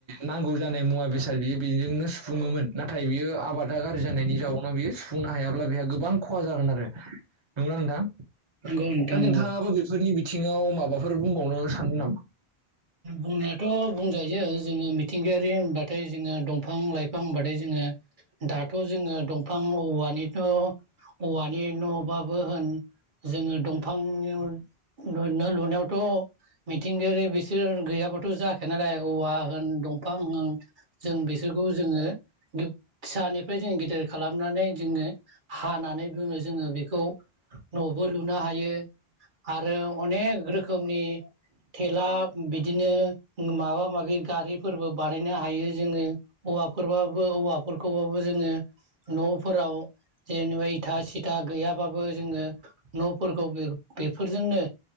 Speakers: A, on the right; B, on the right.
A: नांगौ जानाय मुवा बेसाद बियो बेजोंनो सुोमोन नाथाय बियो आबादा गाज्रि जानायनि जाउावनाव बियो सुफुंनो हायाब्ला बेहा गोबां खहा जागोन आरो नंगोना नोंथां
B: नंगौ नोंथां
A: दा
B: नंगौ
A: नोंथाङाबो नि बिथिङाव माबाफोर बुंबावनो सानदों नामा।
B: बुंनायाथ' बुंजायो जोङो मिथिंगायारि होनबाथाय जोङो दं दंफां लाइफां होनबाथाय जोङो दाथ' जोङो दंफां औवानिथ' औवानि न'बाबो होन जोङो दंफां नि न'-न'लुनायावथ' मिथिंगायारि बिसोर गैयाबाथ' जाखाया नालाय औवा होन दंफां होन जों बिसोरखौ जोङो बे फिसानिफ्राय जोंङो गेदेर खालामनानै जोङो हानानै बुङो जोङो बेखौ न'बो लुनो हायो। यो आरो अनेक रोखोमनि थेला बिदिनो उम माबा-माबि गारिफोरबो बानायनो हायो जोङो औवाफोरबाबो औवा फोरखौबाबो जोङो न'फोराव जेनेबा इथा सिथा गैयाबाबो जोङो न'फोरखौ बेफोरजोंनो